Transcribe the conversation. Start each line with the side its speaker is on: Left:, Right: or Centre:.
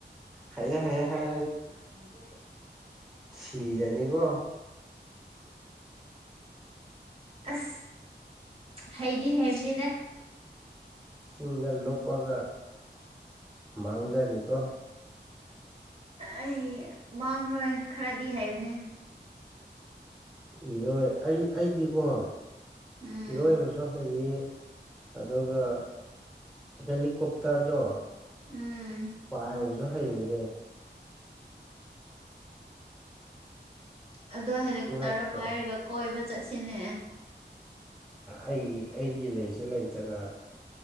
Centre: ꯍꯥꯏꯌꯦ ꯍꯥꯏꯌꯦ ꯍꯥꯏ
Right: <unintelligible>
Centre: ꯁꯤꯖꯅꯤꯀꯣ
Right: ꯑꯁ ꯍꯩꯗꯤ ꯍꯩꯕꯤꯅꯦꯗ
Centre: ꯁꯤꯡꯗ ꯂꯨꯞꯄꯒ ꯃꯥꯡꯖꯅꯤꯀꯣ
Right: ꯑꯩ ꯃꯥꯡꯔꯣꯏ ꯈꯔꯗꯤ ꯍꯥꯏꯕꯅꯦ
Centre: ꯏꯔꯣꯏ ꯑꯩ ꯑꯩꯗꯤꯀꯣ
Right: ꯎꯝ
Centre: ꯏꯔꯣꯏꯕꯁꯨ ꯍꯩꯌꯦ ꯑꯗꯨꯒ ꯍꯦꯂꯤꯀꯣꯞꯇꯔꯗꯣ
Right: ꯎꯝ
Centre: ꯄꯥꯏꯕꯁꯨ ꯍꯩꯕꯅꯦꯦ
Right: ꯑꯗꯣ ꯍꯦꯂꯤꯀꯣꯞꯇꯔ
Centre: ꯉꯛꯇ꯭ꯔꯥ
Right: ꯄꯥꯏꯔꯒ ꯀꯣꯏꯕ ꯆꯠꯁꯤꯅꯦ
Centre: ꯑꯩ ꯑꯩꯒꯤ ꯂꯩꯁꯨ ꯂꯩꯇꯅ